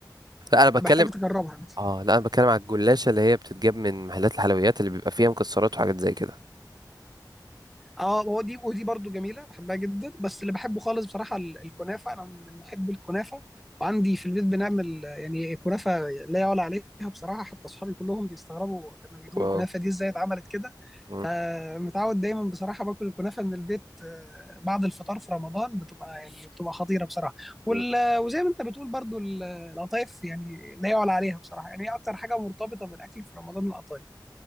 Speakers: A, on the right (about 60°); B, in the centre.
A: لا انا بتكلم
B: فبحتاج تجربها
A: اه لا انا بتكلم على الجلاشة اللي هي بتتجاب من محلات الحلويات اللي بيبقى فيها مكسرات وحاجات زي كده
B: اه هو دي ودي برضو جميله بحبها جدا بس اللي بحبه خالص بصراحه ال- الكنافه انا من محبي الكنافه وعندي في البيت بنعمل آه، يعني كنافه لا يعلى عليها بصراحه حتى اصحابي كلهم بيستغربوا لما بيقولوا
A: واو
B: الكنافه دي ازاي اتعملت كده
A: مم.
B: فمتعود دايما بصراحه باكل الكنافه من البيت آه، بعد الفطار في رمضان بتبقى يعني بتبقى خطيره بصراحه وال-
A: مم.
B: وزي ما انت بتقول برضو ال- القطايف يعني لا يعلى عليها بصراحه يعني هي اكتر حاجه مرتبطه بالاكل في رمضان القطايف